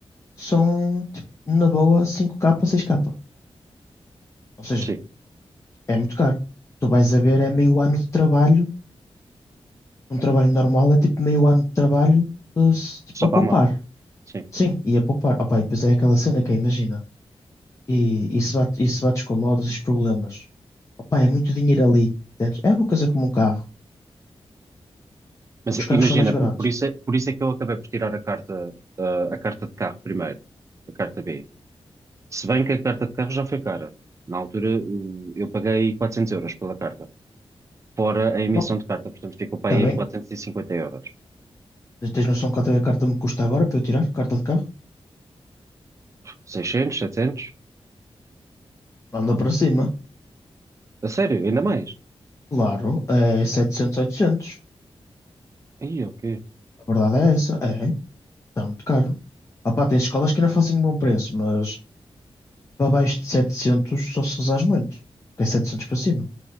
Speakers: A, on the left; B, on the right.
A: são tipo, na boa 5K, 6K. Ou seja,
B: Sim,
A: é muito caro. Tu vais a ver, é meio ano de trabalho, um trabalho normal é tipo meio ano de trabalho uh, se- tipo,
B: só
A: a
B: para
A: poupar.
B: a moto, sim.
A: Sim, e a poupar. Opa, e depois é aquela cena que é, imagina. e, e bate, e bate com modos, esses problemas. Opa, é muito dinheiro ali. entendes? É uma coisa como um carro,
B: Mas
A: só que os carros
B: imagina,
A: são mais baratos.
B: por, por isso é, por isso é que eu acabei por tirar a carta, eh, a carta de carro primeiro, a carta B. Se bem que a carta de carro já foi cara. Na altura, eh, eu paguei 400 euros pela carta. fora a emissão
A: Oh,
B: de carta. Portanto, ficou para
A: está
B: aí
A: bem,
B: 450 euros.
A: tens noção quanto é que a carta me custa agora para eu tirar? Carta de carro?
B: 600, 700?
A: Anda para cima.
B: A sério, ainda mais?
A: Claro, é 700, 800.
B: Aí, ok.
A: A verdade é essa. É, está muito caro. Opa, tem escolas que ainda fazem um bom preço, mas para baixo de 700 só se rezares muito. que É 700 para cima.